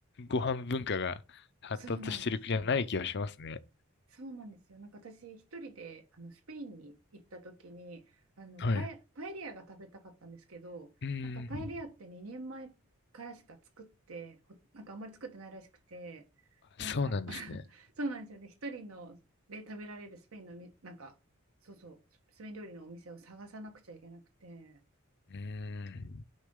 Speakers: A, on the left; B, on the right.
A: ご飯文化が発達してる国はない気がしますね。
B: <laughs> そうなんですよ。そうなんですよ。なんか私一人であのスペインに行った時にあのパエ、
A: はい。
B: パエリアが食べたかったんですけどなんかパエリアって2年前からしか作ってほなんかあんまり作ってないらしくてなんか
A: うん。そうなんですね。
B: <laughs> そうなんですよね一人ので食べられるスペインのみなんかそうそうスペイン料理のお店を探さなくちゃいけなくて
A: うーん。